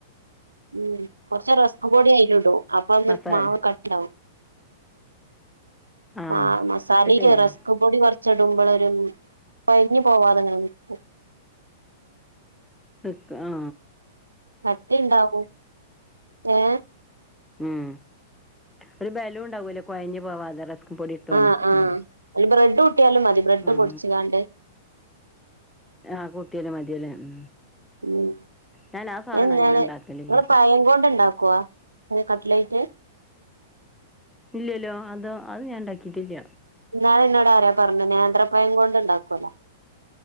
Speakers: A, on the right; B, in the centre.
A: ഉം കൊർച്ച് റസ്ക്ക് പൊടി അയിലുടു അപ്പൊന്ന്
B: മസാല
A: മാവ് ക ണ്ടാവും
B: ആഹ്
A: ആ മസാലിക്ക്
B: അത് ശരിയാ
A: റസ് ക്ക പൊടി കൊർച്ചിടുമ്പളൊരും കൊഴഞ്ഞ് പോവാതെങ്ങനെ നിക്കും.
B: നിക്ക ആ
A: അട്ടിണ്ടാവു ഏ
B: ഉം ഒരു ബലൂ ഇണ്ടാവോല്ലോ കൊഴഞ്ഞ് പോവാതെ റസ്ക്കും പൊടി ഇട്ടോണ്ട്
A: ആ ആ
B: ഉം
A: അയിൽ ബ്രെഡ് കൂട്ടിയാലും മതി ബ്രെഡ്
B: ആഹ്
A: പൊടിച്ച്ക്കാണ്ട്
B: ആ പുട്ടിയിലെ മതില്ലേ ഉം
A: ഉം
B: ഞാൻ ആ സാധനം
A: എന്താണ്
B: അങ്ങനെ ഇണ്ടാക്കലില്ല
A: ഇങ്ങള് പഴം കൊണ്ട് ഇണ്ടാക്കോ <unintelligible> കട്ലൈറ്റ്?
B: ഇല്ലല്ലോ അതോ അഹ് ഞാൻ ഇണ്ടാക്കിട്ടില്ല.
A: ഇന്നാള് എന്നോട് ആരാ പറഞ്ഞു നേന്ത്രപഴം കൊണ്ട്ണ്ടാക്കോല്ലോ.